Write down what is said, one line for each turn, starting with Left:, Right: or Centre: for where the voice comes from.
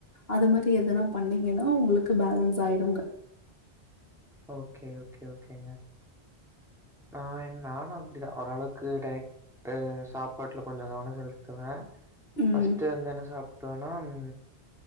Left: அது மாதிரி எதனா பண்ணீங்கன்னா உங்களுக்கு பேலன்ஸ் ஆய்டுங்க
Centre: ஓகே ஓகே ஓகேங்க நா என் நானு அப்டிதா ஓரளவுக்கு டயட் ட்டு சாப்பாட்டுல கொஞ்சோ கவன செலுத்துவே
Left: ம்,
Centre: ஃபர்ஸ்ட் வந்து என்ன சாப்ட்டோனாம்